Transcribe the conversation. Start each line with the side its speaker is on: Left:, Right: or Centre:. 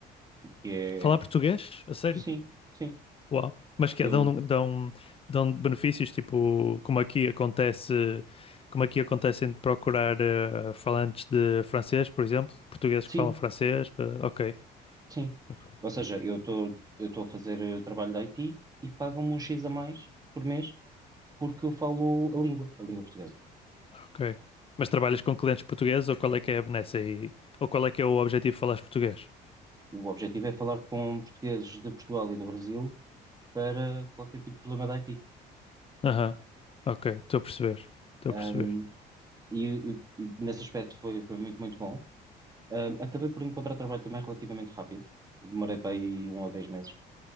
Right: o que é
Left: Falar português? A sério?
Right: sim, sim,
Left: Uau. Mas que
Right: eu
Left: é, dão, dão, dão benefícios, tipo, como aqui acontece, como aqui acontece de procurar eh, falantes de francês, por exemplo, portugueses
Right: sim,
Left: que falam francês. pa- Ok,
Right: sim.
Left: ok.
Right: Ou seja, eu estou eu estou a fazer eh, trabalho de IT e pagam-me um X a mais por mês porque eu falo a língua, a língua portuguesa.
Left: ok. Mas trabalhas com clientes portugueses ou qual é que é a benesse aí? Ou qual é que é o objetivo de falares português?
Right: O objetivo é falar com portugueses de Portugal e do Brasil para qualquer tipo de problema da IT.
Left: Aham. Ok, estou a perceber. Estou
Right: Um,
Left: a perceber.
Right: e, e- e nesse aspecto foi, foi muito, muito bom. Um, acabei por encontrar trabalho também relativamente rápido. Demorei para aí um ou dez meses.